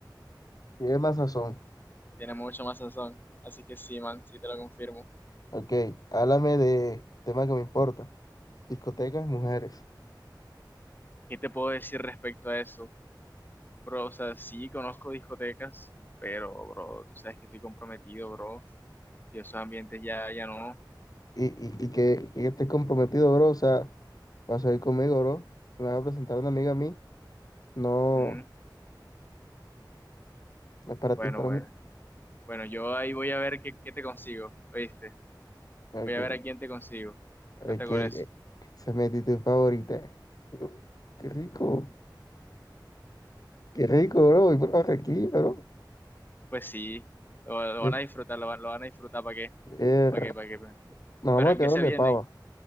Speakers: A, on the left; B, on the left.
A: Tiene más sazón.
B: Tiene mucho más sazón. Así que sí, man, sí te lo confirmo.
A: Ok, háblame de tema que me importa. Discotecas, mujeres.
B: ¿Qué te puedo decir respecto a eso? Bro, o sea, sí conozco discotecas, pero, bro, tú sabes que estoy comprometido, bro. Y esos ambientes ya, ya no.
A: Y, y, y que, y que estés comprometido, bro. O sea, vas a ir conmigo, bro. Me vas a presentar a una amiga a mí. No,
B: Mm,
A: no es para
B: Bueno,
A: ti, es para
B: bueno.
A: mí.
B: Bueno, yo ahí voy a ver qué, qué te consigo, ¿oíste?
A: Ok,
B: Voy a ver a quién te consigo.
A: Ok,
B: Cuenta con
A: eh,
B: eso.
A: esa es mi actitud favorita. Uh, Qué rico, qué rico, bro. Y por Barranquilla, bro.
B: Pues sí, lo, lo
A: Eh,
B: van a disfrutar, lo van, lo van a disfrutar, ¿para qué?
A: eh,
B: ¿Para qué? ¿Para qué? pa' qué?
A: nos
B: Pero
A: vamos a
B: ¿en
A: quedar
B: qué se
A: donde
B: vienen?
A: pava.